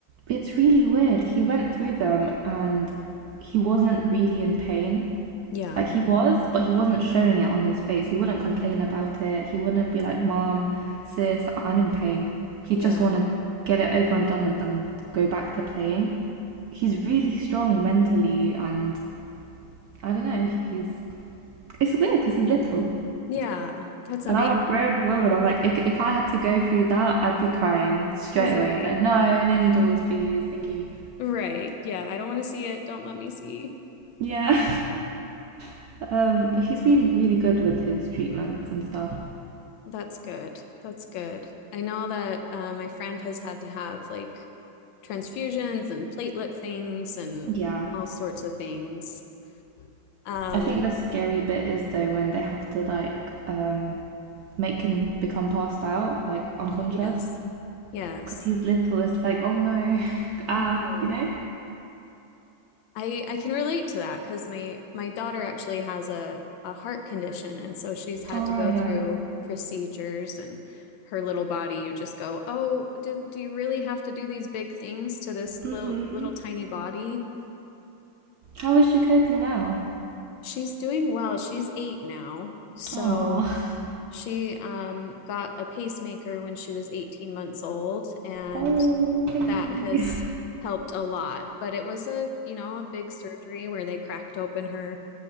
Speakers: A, on the right (about 75°); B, on the left (about 75°).
A: it's really weird. He went through them and he wasn't really in pain.
B: Yeah.
A: Like he was, but he wasn't showing it on his face. He wouldn't complain about it. He wouldn't be like, Mom, sis, I'm in pain. he
B: Yeah.
A: just want to get it over and done with and go back to playing. He's really strong mentally, and I don't know. He's it's weird because he's little.
B: Yeah. That's amazing.
A: And I'm a grown woman. I'm like, if I had to go through that, I'd be crying straight
B: Right.
A: away. I'd be like, no, no needles, please, thank you.
B: Right. Yeah. I don't want to see it. Don't let me see.
A: Yeah. <laughs> um, but he's been really good with his treatments and stuff.
B: That's good. That's good. I know that uh, my friend has had to have like transfusions and platelet things and
A: Yeah.
B: all sorts of things. Um,
A: I think the scary bit is though when they have to like um make him become passed out, like unconscious,
B: yes, yes.
A: because he's little. It's like, oh no, <laughs> ah,
B: Right.
A: you know.
B: I I can relate to that because my my daughter actually has a a heart condition, and so she's had
A: All
B: to
A: right,
B: go through
A: yeah.
B: procedures and her little body. You just go, oh, do do you really have to do these big things to this little
A: Mhm.
B: little tiny body?
A: How is she coping now?
B: She's doing well. She's eight now. So
A: Aw. <laughs>
B: she um, got a pacemaker when she was 18 months old, and
A: Oh, baby.
B: that has helped a lot. But it was a, you know, a big surgery where they cracked open her